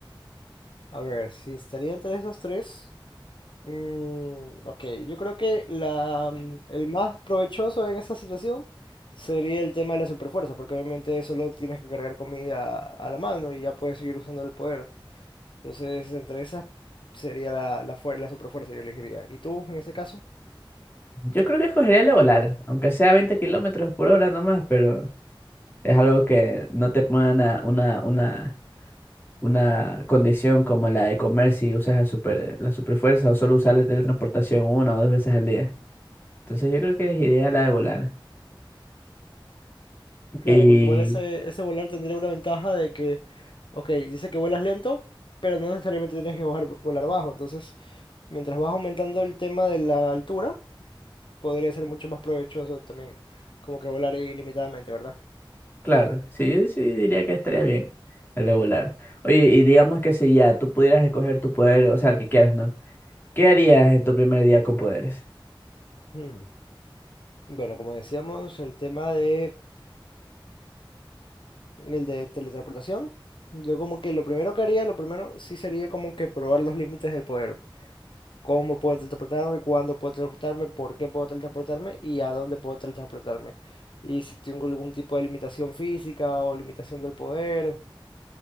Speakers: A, on the left (about 65°); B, on the left (about 25°).
A: A ver, si estaría entre esos tres. mm, ok, yo creo que la, mm, el más provechoso en esa situación sería el tema de la superfuerza, porque obviamente solo tienes que cargar comida a la mano y ya puedes seguir usando el poder. Entonces, entre esas sería la, la, fuer- la superfuerza, yo elegiría. ¿Y tú, en ese caso?
B: Yo creo que escogería el de volar, aunque sea 20 kilómetros por hora nomás, pero es algo que no te pone una, una, una una condición como la de comer si usas la super, la superfuerza o solo usar la teletransportación una o dos veces al día. Entonces yo creo que elegiría la de volar.
A: Claro,
B: Y
A: porque igual ese, ese volar tendría una ventaja de que, ok, dice que vuelas lento, pero no necesariamente tienes que volar, volar bajo. Entonces, mientras vas aumentando el tema de la altura, podría ser mucho más provechoso también, como que volar ilimitadamente, ¿verdad?
B: claro, sí, yo sí diría que estaría bien la de volar. Oye, y digamos que si ya tú pudieras escoger tu poder, o sea, el que quieras, ¿no? ¿Qué harías en tu primer día con poderes?
A: Hmm. Bueno, como decíamos, el tema de- el de teletransportación, yo como que lo primero que haría, lo primero sí sería como que probar los límites del poder. cómo puedo teletransportarme, cuándo puedo teletransportarme, por qué puedo teletransportarme y a dónde puedo teletransportarme. Y si tengo algún tipo de limitación física o limitación del poder,